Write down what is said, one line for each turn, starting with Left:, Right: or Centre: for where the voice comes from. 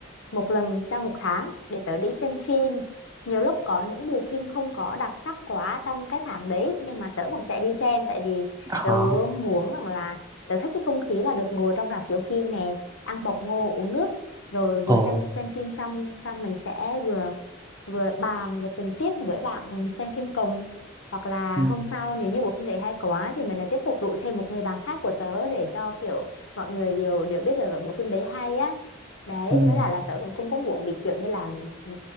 Left: một lần trong một tháng để tớ đi xem phim nhiều lúc có những bộ phim không có đặc sắc quá trong cái tháng đấy nhưng mà tớ cũng sẽ đi xem tại vì
Right: ờ
Left: tớ muốn rằng là tớ thích cái không khí là được ngồi trong rạp chiếu phim nè ăn bọc ngô uống nước rồi vừa
Right: ồ
Left: xem xem phim xong xong mình sẽ vừa vừa bàn về tình tiết với bạn xem phim cùng hoặc là
Right: ừ,
Left: hôm sau nếu như bộ phim đấy hay quá thì mình lại tiếp tục rủ thêm một người bạn khác của tớ để cho kiểu mọi người đều đều biết là bộ phim đấy hay á đấy
Right: ừ.
Left: với lại là tớ cũng không có muộn bị kiểu như là ừ,